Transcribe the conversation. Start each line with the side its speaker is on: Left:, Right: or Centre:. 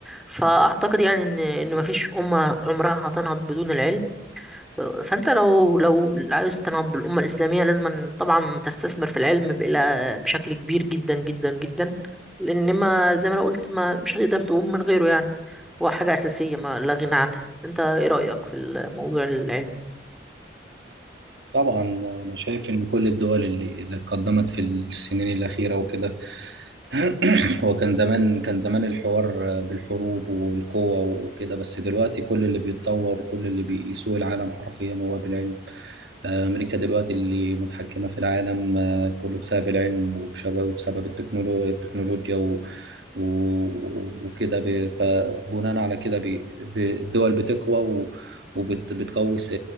Centre: فأعتقد يعني ان ان مفيش أمة عمرها هتنهض بدون العلم فانت لو لو عايز تنهض بالامه الاسلاميه لازم طبعا تستثمر في العلم بإلى بشكل كبير جدا جدا جدا لان ما زي ما انا قلت ما مش هتقدر تقوم من غيره يعني هو حاجه اساسيه ما لا غنى عنها انت ايه رايك في الموضوع العلمي
Right: طبعا أنا شايف إن كل الدول اللي اللي اتقدمت في السنين الأخيرة وكده <clears throat> هو كان زمان كان زمان الحوار بالحروب والقوة وكده بس دلوقتي كل اللي بيتطور وكل اللي بيسوق العالم حرفيا هو بالعلم أمريكا دلوقتي اللي متحكمة في العالم آه، كله بسبب العلم وبسبب وبسبب التكنولو- التكنولوجيا و... و... وكده ب... فبناء على كده ب... ب... الدول بتقوى و... وبتقوي س-